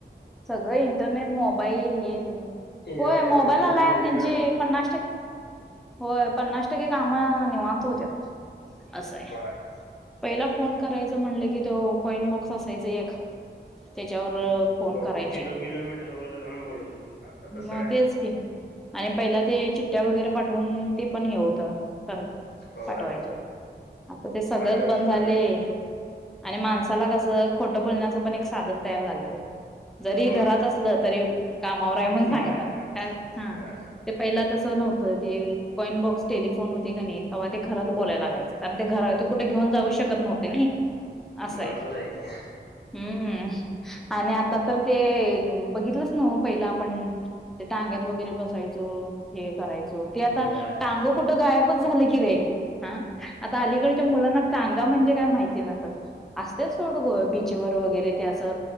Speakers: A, in the centre; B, on the left (about 65°).
A: सगळं इंटरनेट मोबाईल हे ते
B: ए
A: होय
B: आय वगैरे
A: मोबाईल आलाय
B: झालय
A: अन्
B: त्यानं
A: पन्नास टक्के होय पन्नास टक्के काम निवांत होत्यात. असंय
B: होय
A: पहिला फोन करायचं म्हणल की तो कॉइन बॉक्स असायच एक त्याच्यावर फोन
B: लोकं
A: करायचे
B: किलो किलो मीटरवर जाऊन बोलत हुतीत आता
A: मग
B: तसं काय
A: तेच
B: नाही.
A: की आणि पहिला ते चिट्टया वगैरे पाठवून ते पण हे होतं. <unintelligible>
B: होय
A: पाठवायचे आता ते सगळच
B: काय
A: बंद
B: तसलं
A: झालय
B: नाही
A: आणि माणसाला कसं खोटं बोलण्याचं पण एक साधन तयार झालय रे जरी
B: होय
A: घरात असलं तरी कामावर आहे म्हणून सांगतात
B: बाहेर आहे
A: काय हा
B: होय
A: ते पहिला तसं नव्हतं ते कॉइन बॉक्स टेलिफोन होते कणी नाही तेव्हा ते खरंच बोलाय लागायचं. कारण ते घरा ते कुठे घेऊन जाऊ शकत नव्हते नाही असंय.
B: बरोबर आहे की
A: हम् आणि आता तर ते बघितलंच नव्ह पहिला आपण ते टांग्यात वगैरे बसायचो हे करायचो ते आता
B: होय
A: टांग कुठं गायबच झालं की रे हा आता अलीकडच्या मुलांना टांगा म्हणजे काय माहिती नसल. असतेच सोड गो बीचवर वगैरे ते असं